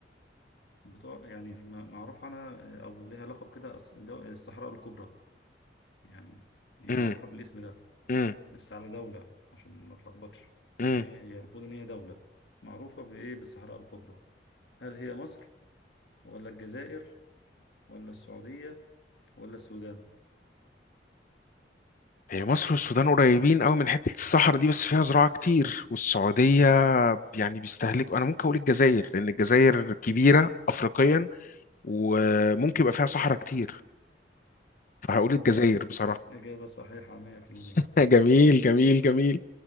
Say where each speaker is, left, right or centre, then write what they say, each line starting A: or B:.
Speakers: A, on the left; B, on the left.
A: بتوع يعني م- معروف عنها آه، او ليها لقب كده الس- دو- الصحراء الكبرى يعني هي
B: امم
A: معروفة بالاسم ده
B: امم
A: بس على دولة عشان ما تلخبطش يعني
B: امم
A: ايه هي المفروض ان هي دولة معروفة بايه بالصحراء الكبرى هل هي مصر ولا الجزائر ولا السعودية ولا السودان
B: هي مصر والسودان قريبين قوي من حتة الصحراء دي بس فيها زراعة كتير والسعودية يعني بيستهلكوا أنا ممكن أقول الجزائر لأن الجزائر كبيرة أفريقيا وممكن يبقى فيها صحراء كتير فهقول الجزائر
A: يا باشا
B: بصراحة
A: إ- إجابة صحيحة 100%
B: <laughs> جميل جميل جميل